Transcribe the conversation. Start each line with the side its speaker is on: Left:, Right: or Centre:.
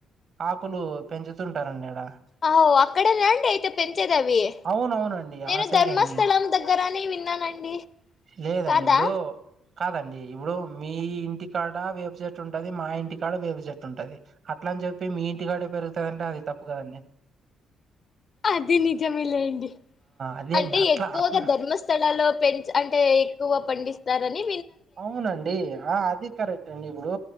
Right: ఆకులు పెంచుతుంటారండిడ
Left: అో అక్కడేనండి అయితే పెంచేది అవి
Right: అవునవునండి
Left: నేను
Right: ఆ సైడ్
Left: ధర్మస్థలం
Right: అండి
Left: దగ్గరని విన్నానండి
Right: లేదండి
Left: కాదా
Right: ఇప్పుడు కాదండి ఇప్పుడు మీ ఇంటికాడ వేప చెట్టు ఉంటుంది మా ఇంటికాడ వేప చెట్టు ఉంటుది అట్ల అని చెప్పి మీ ఇంటికాడ పెరుగు వెంట అది తప్పుగాదండి
Left: అది నిజమే లేండి
Right: అదే
Left: అంటే
Right: అండి అట్లా
Left: ఎక్కువగా
Right: అట్లా
Left: ధర్మస్థలాలో పెంచ అంటే ఎక్కువ పండిస్త తరని
Right: అవునండి ఆ అది కరెట్ అండి ఇప్పుడు